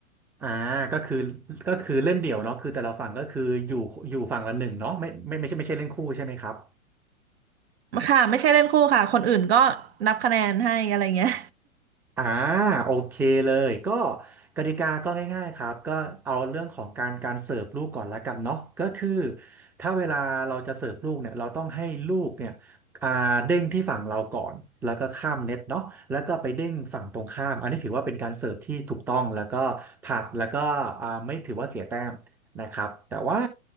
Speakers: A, in the centre; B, on the right.
A: อ่าก็คือก็คือเล่นเดี่ยวเนาะคือแต่ละฝั่งก็คืออยู่อยู่ฝั่งละหนึ่งเนาะไม่ไม่ไม่ใช่ไม่ใช่เล่นคู่ใช่ไหมครับ
B: ค่ะไม่ใช่เล่นคู่ค่ะคนอื่นก็นับคะแนนให้อะไรเงี้ย
A: อ่าโอเคเลยก็กติกาก็ง่ายๆครับก็เอาเรื่องของการการเสิร์ฟลูกก่อนละกันเนาะก็คือถ้าเวลาเราจะเสิร์ฟลูกเนี่ยเราต้องให้ลูกเนี่ยอ่าเด้งที่ฝั่งเราก่อนแล้วก็ข้ามเน็ตเนาะแล้วก็ไปเด้งฝั่งตรงข้ามอันนี้ถือว่าเป็นการเสิร์ฟที่ถูกต้องแล้วก็ผ่านแล้วก็อ่าไม่ถือว่าเสียแต้มนะครับแต่ว่า